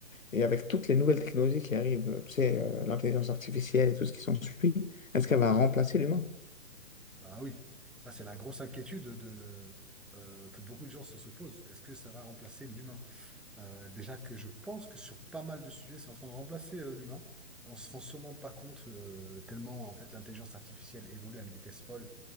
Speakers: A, on the left (about 80°); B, in the centre.
A: et avec toutes les nouvelles technologies qui arrivent, euh, tu sais, euh, l'intelligence artificielle et tout ce qui s'ensuit, est-ce qu'elle va remplacer l'humain?
B: Ah oui, ça c'est la grosse inquiétude de, euh, que beaucoup de gens se, se posent. Est-ce que ça va remplacer l'humain? Euh, déjà que je pense que sur pas mal de sujets, c'est en train de remplacer euh, l'humain. On se rend sûrement pas compte euh, tellement en fait l'intelligence artificielle évolue à une vitesse folle